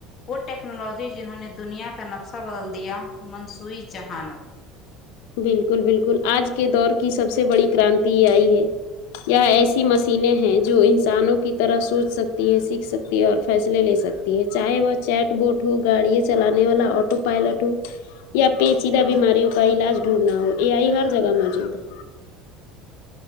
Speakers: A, on the left (about 40°); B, on the left (about 80°).
A: وہ ٹیکنالوجی جنہوں نے دنیا کا نقشہ بدل دیا منصوعی ذہانت
B: بالکل بالکل آج کے دور کی سب سے بڑی کرانتی یہ آئی ہے یہ ایسی مشینیں ہیں جو انسانوں کی طرح سوچ سکتی ہیں سیکھ سکتی اور فیصلے لے سکتی ہے چاہے وہ چیٹ بوٹ ہو گاڑیے چلانے والا آٹو پائلٹ ہو یا پیچیدہ بیماریوں کا علاج ڈھونڈنا ہو اے آ ئی ہر جگہ موجود ہے